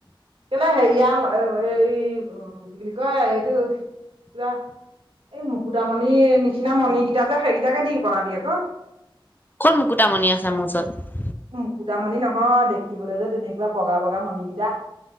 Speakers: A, on the right (about 85°); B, on the left (about 20°).
A: কেলে হেৰিয়া এই উম কি বুলি কয় এইটো কিবা এই মুকুতামণিৰ নিচিনা মণি কেইটা যে সেইকেইটাকে দি বনাবি আকৌ।
B: ক'ত মুকুটামণি আছে মোৰ ওচৰত?
A: মুকুতামণি নহয় দেখিবলৈ যে তেনে কিবা বগা বগা মণিকেইটা,